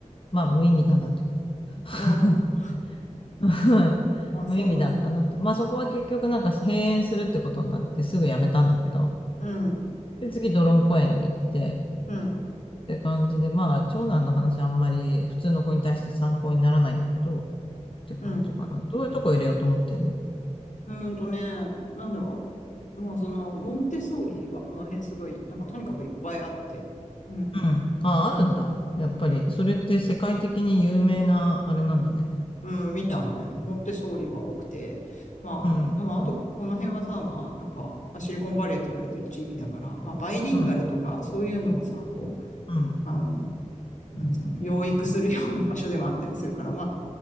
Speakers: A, on the left; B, on the left.
A: まあ、無意味だなとか
B: うん。
A: <laughs>
B: あ、そうなんだ。
A: 無意味だったなと。まあ、そこは結局なんか閉園するってことになってすぐやめたんだけど、
B: うん、
A: で、次、ドロン公園に行って、
B: うん、
A: って感じで、まあ、長男の話あんまり普通の子に対して参考にならないんだけど、って感じかな。
B: うん。
A: どういうとこ入れようと思ってんの
B: うーんとね、なんだろう。まあ、その、モンテッソーリはこの辺すごい、なんかとにかくいっぱいあって、うん、
A: うん。あ、あるんだ。やっぱり、それって世界的に有名な、あれなんだね。
B: うん、みたいね。
A: う
B: モンテッソーリは多くて、まあ、
A: ん、う
B: まあ、あと、この辺はさ、まあ、なんか、まあ、シリコンバレーと言われてる地域だから、まあ、バイリンガルとか、
A: ん、うん、
B: そういうのをさ、こう、
A: うん、
B: あの、なんつうの、養育するような場所でもあったりするから、まあ